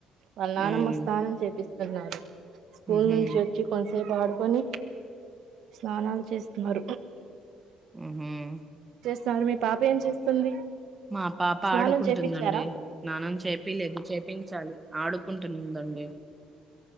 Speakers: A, on the right; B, on the right.
A: వాల్ నానమ్మ
B: ఉమ్
A: స్నానం చేపిస్తున్నారు స్కూల్
B: ఉహు
A: నుంచి వచ్చి కొంతసేపు ఆడుకొని స్నానాలు చేస్తున్నరు
B: హ్మ్ హ్మ్
A: సార్ మీ పాప ఏం చేస్తుంది
B: మా పాప్ పాడుకుంటుందండి
A: స్నానం చేపిచ్చారా
B: స్నానం చేపిలే చేపించాలి ఆడుకుంటుందండి